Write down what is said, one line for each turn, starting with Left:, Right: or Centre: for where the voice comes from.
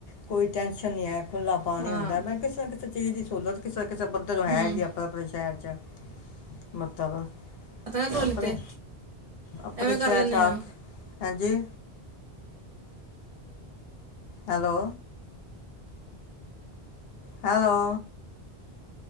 Left: ਕੋਈ ਟੈਨਸ਼ਨ ਨਹੀਂ ਹੈ ਖੁੱਲਾ ਪਾਣੀ
Right: ਹਾਂ
Left: ਹੁੰਦਾ ਮੈਂ ਕਿਸੇ ਨਾ ਕਿਸੇ ਚੀਜ਼ ਦੀ ਸਹੂਲਤ ਕਿਸ ਕਿਸੇ ਬੰਦੇ ਤੋਂ ਹੈ
Right: ਹੂੰ
Left: ਜੀ ਆਪਣੇ ਆਪਣੇ ਸ਼ਹਿਰ ਚ ਮਤਲਬ
Right: ਪਤਾ ਨਾ ਧੋ
Left: ਆਪਣੇ
Right: ਲਿੱਤੇ
Left: ਆਪਣੇ
Right: ਐਵੇਂ ਕਰ
Left: ਸ਼ਹਿਰ
Right: ਲੈਂਦੇ
Left: ਚ ਆਕ
Right: ਹਾਂ।
Left: ਹਾਂਜੀ ਹੈਲੋ ਹੈਲੋ